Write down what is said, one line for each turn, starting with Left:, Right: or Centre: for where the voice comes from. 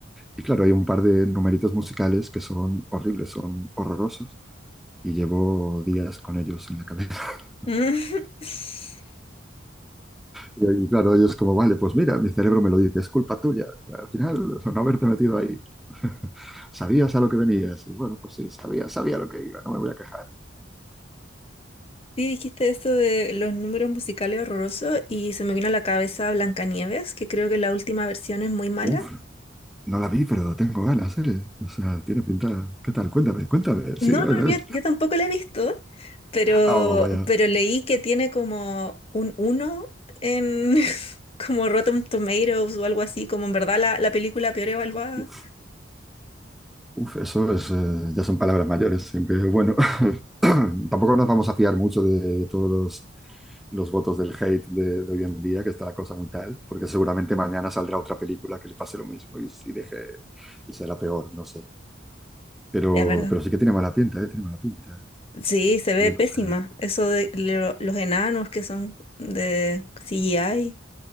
Centre: Y claro, hay un par de numeritos musicales que son horribles, son horrorosos y llevo días con ellos en la cabeza. <laughs>
Left: Mm. <laughs>
Centre: Y, ahí, claro, ellos como, vale, pues mira, mi cerebro me lo dice, es culpa tuya. O sea, al final, <laughs> o sea, no haberte metido ahí. <laughs> Sabías a lo que venías. Y bueno, pues sí, sabía, sabía lo que iba, no me voy a quejar.
Left: Sí, dijiste eso de los números musicales horrorosos y se me vino a la cabeza Blancanieves, que creo que la última versión es muy mala.
Centre: Uf, no la vi, pero tengo ganas, ¿eh? O sea, tiene pinta. ¿Qué tal? Cuéntame, cuéntame. Sí,
Left: No,
Centre: bueno,
Left: no, yo,
Centre: eh.
Left: yo tampoco la he visto, pero,
Centre: Oh, vaya.
Left: pero leí que tiene como un uno en <laughs> como Rotten Tomatoes o algo así, como en verdad la, la película peor evaluada.
Centre: Uf. Uf, eso es, eh, ya son palabras mayores, aunque bueno, <laughs> tampoco nos vamos a fiar mucho de todos los votos del hate de, de, hoy en día, que está la cosa muy tal, porque seguramente mañana saldrá otra película que le pase lo mismo y, y deje y será peor, no sé. Pero,
Left: Es verdad.
Centre: pero sí que tiene mala pinta, ¿eh? Tiene mala pinta.
Left: Sí, se ve
Centre: Yo
Left: pésima.
Centre: no sé.
Left: Eso de lo- los enanos que son de CGI,